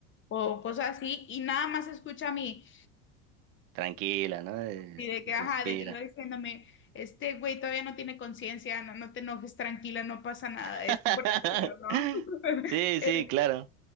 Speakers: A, on the left; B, on the right.
A: o cosas así y nada más escucha a mí.
B: Tranquila, ¿no? Eh,
A: Y de que,
B: Respira.
A: ajá, de que yo diciéndome, este güey todavía no tiene conciencia, no, no te enojes, tranquila, no pasa nada,
B: <laughs>
A: es un proceso, ¿no? <laughs>
B: Sí,
A: El,
B: sí, claro.